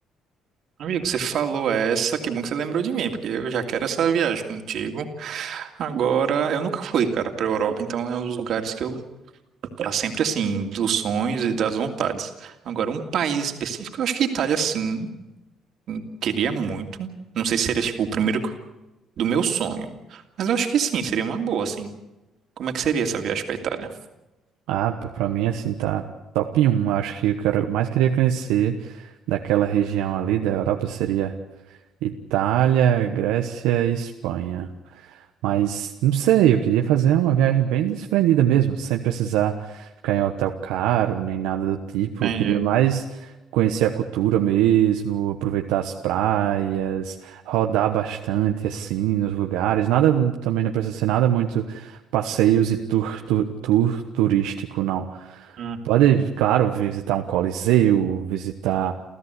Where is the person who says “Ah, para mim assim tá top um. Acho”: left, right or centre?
Right